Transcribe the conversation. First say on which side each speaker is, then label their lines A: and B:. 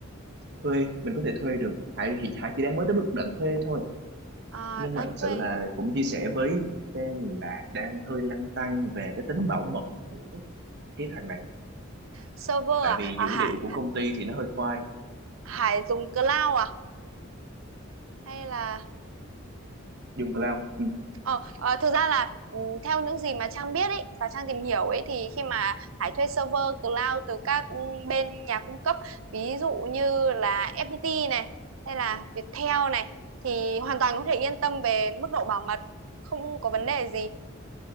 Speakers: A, on the right; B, on the right.
A: thuê mình có thể thuê được Hải thì Hải chỉ đang mới tới bước đoạn thuê thôi
B: À,
A: nhưng
B: đang
A: mà thật sự
B: thuê
A: là cũng chia sẻ với Trang là đang hơi lăn tăn về cái tính bảo mật của cái thằng này
B: server à?
A: tại vì
B: À,
A: dữ
B: Hải
A: liệu của công ty thì nó hơi khoai
B: Hải dùng cloud à? hay là
A: dùng cloud ừ.
B: ờ, ờ, thực ra là ừ, theo những gì mà Trang biết ấy và Trang tìm hiểu ấy thì khi mà Hải thuê server cloud từ các ừ, bên nhà cung cấp ví dụ như là FPT này hay là Viettel này thì hoàn toàn có thể yên tâm về mức độ bảo mật không có vấn đề gì